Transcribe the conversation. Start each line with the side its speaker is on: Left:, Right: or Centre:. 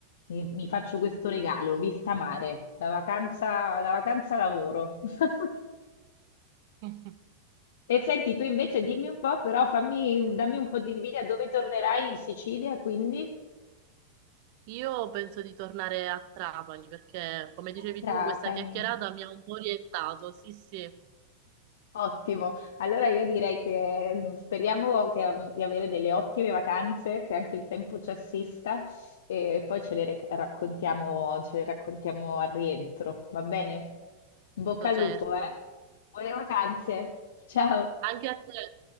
Left: Mi, mi faccio questo regalo, vista mare, la vacanza, la vacanza lavoro. <laughs>
Right: <laughs>
Left: E senti, tu invece dimmi un po', però fammi, dammi un po' di invidia, dove tornerai in Sicilia, quindi?
Right: Io penso di tornare a Trapani perché, come dicevi
Left: A Trapani.
Right: tu, questa chiacchierata mi ha un po' orientato. Sì, sì,
Left: Ottimo, allora io direi che mm, speriamo che, mm, di avere delle ottime vacanze, che anche il tempo ci assista e poi ce le rec- raccontiamo, ce le raccontiamo al rientro, va bene? In bocca al
Right: certo.
Left: lupo, eh? Buone vacanze, ciao!
Right: Anche a te.